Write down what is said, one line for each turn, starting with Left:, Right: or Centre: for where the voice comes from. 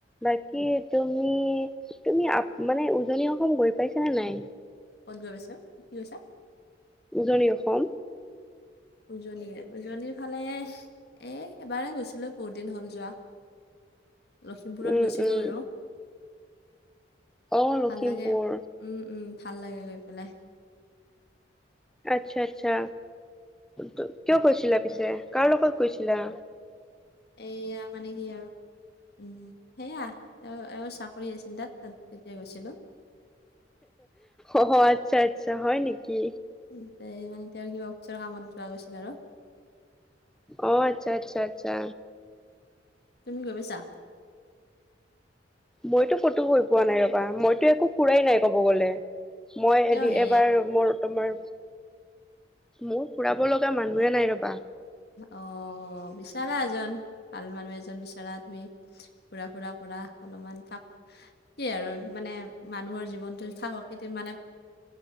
Centre: বাকী তুম তুমি, তুমি আপ মানে উজনি অসম গৈ পাইছা নে নাই?
Left: ক'ত গৈ পাইছো, কি কৈছা?
Centre: উজনি অসম।
Left: উজনিলে, উজনিৰ ফালে এ' এবাৰে গৈছিলো বহুত দিন হ'ল যোৱা। লখিমপুৰত
Centre: উম
Left: গৈছিলো
Centre: উম
Left: আৰু
Centre: অ লখিমপুৰ
Left: ভাল লাগে। উমঁ-উমঁ ভাল লাগে গৈ পেলাই।
Centre: আচ্ছা-আচ্ছা। ত' কিয় গৈছিলা পিছে, কাৰ লগত গৈছিলা?
Left: এইয়া মানে কি আৰু উম' সেয়া আৰু চা- কৰি আছিল তা'ত, তা'ত তেতিয়া গৈছিলোঁ।
Centre: অহ', - আচ্ছা-আচ্ছা হয় নেকি।
Left: তা'তে তেওঁৰ কিবা অফিচৰ কামত যোৱা গৈছিল আৰু।
Centre: অ', - আচ্ছা-আচ্ছা-আচ্ছা।
Left: তুমি গৈ পাইছা?
Centre: মইতো ক'তো হৈ পোৱা নাই ৰ'বা, মইতো একো ফুৰাই নাই কব গ'লে। মই
Left: কিয়
Centre: এদি
Left: হে
Centre: এবাৰ মোৰ- তোমাৰ, মোৰ ফুৰাব লগা মানুহে নাই ৰ'বা।
Left: অ', বিচাৰা এজন ভাল মানুহ এজন বিচাৰ। তমি ঘুৰা-ফুৰা কৰা অলপমান থাকা কি আৰু। মানে মানুহৰ জীৱনটো থাকক সেইটো মানে-